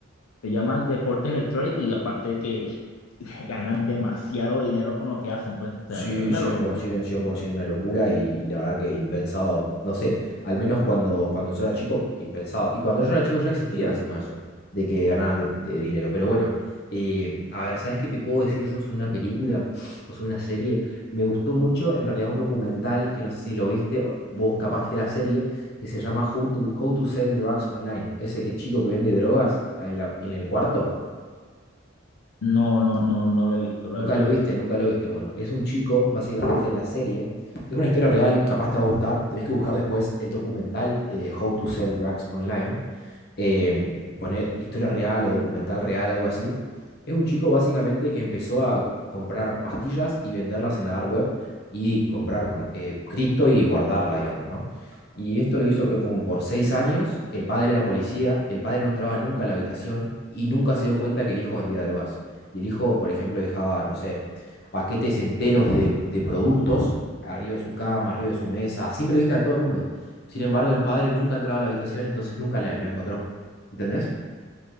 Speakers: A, on the left; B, on the left.
A: se llaman deportes electrónicos y aparte que <laughs> ganan demasiado dinero con lo que hacen, pues, o
B: Sí,
A: sea, es una
B: cien cien,
A: locura.
B: por ciento, cien por 100% una locura y, y la verdad que impensado, no sé, al menos cuando, cuando yo era chico, impensado. Y cuando yo era chico ya existía encima eso, de que ganaran de, de dinero. Pero bueno, eh, a ver, ¿sabes qué te puedo decir yo sobre una película o sobre una serie? Me gustó mucho, en realidad, un documental que no sé si lo viste, o vos capaz viste la serie, que se llama How to, How to Sell Drugs Online. Ese que, chico que vende drogas en la- en el cuarto.
A: No, no, no, no lo he visto, la
B: Nunca
A: verdad.
B: lo viste, nunca lo viste. Bueno, es un chico, básicamente, en la serie. Es una historia real, capaz te va a gustar. Tenés que buscar después el documental
A: Sí,
B: de How to Sell Drugs Online eh, poner historia real o documental real, algo así. Es un chico básicamente que empezó a comprar pastillas y venderlas en la dark web y comprar eh, cripto y guardarla, digamos, ¿no? Y esto lo hizo creo que como por seis años. El padre era policía, el padre no entraba nunca a la habitación y nunca se dio cuenta que el hijo vendía drogas. Y el hijo, por ejemplo, dejaba, no sé, paquetes enteros de, de productos arriba de su cama, arriba de su mesa, a simple vista de todo el mundo. Sin embargo, el padre nunca entraba a la habitación, entonces nunca la- lo encontró. ¿entendés?